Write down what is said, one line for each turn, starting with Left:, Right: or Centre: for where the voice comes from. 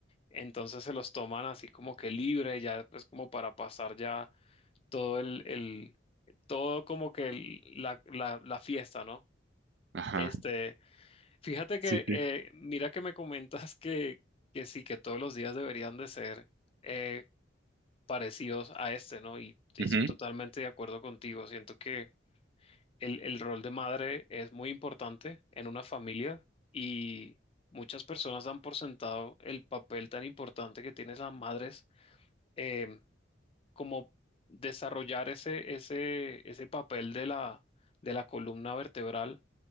Left: entonces se los toman así como que libre, ya pues como para pasar ya todo el, el- todo como que el- la, la, la fiesta, ¿no?
Right: Ajá.
Left: Este, fíjate
Right: Sí,
Left: que,
Right: sí.
Left: eh, mira que me comentas <laughs> que, que sí, que todos los días deberían de ser eh, parecidos a este, ¿no? Y estoy
Right: Ujú,
Left: totalmente de acuerdo contigo. Siento que el, el rol de madre es muy importante en una familia y muchas personas dan por sentado el papel tan importante que tienen las madres. em, como desarrollar ese, ese, ese papel de la, de la columna vertebral